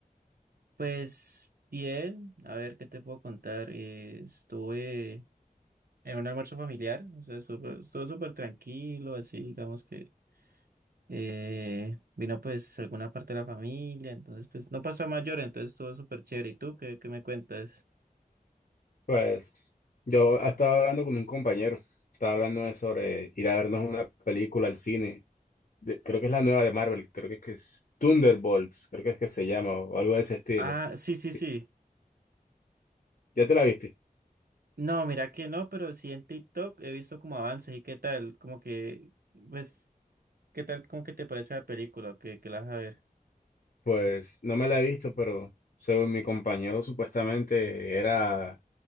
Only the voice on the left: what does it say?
Pues yo estaba hablando con un compañero, estaba hablando de sobre ir a vernos una película al cine. De- creo que es la nueva de Marvel, creo que es, que es Thunderbolts, creo que es que se llama o algo de ese estilo.
Sí,
¿ya te la viste?
Pues no me la he visto, pero según mi compañero, supuestamente era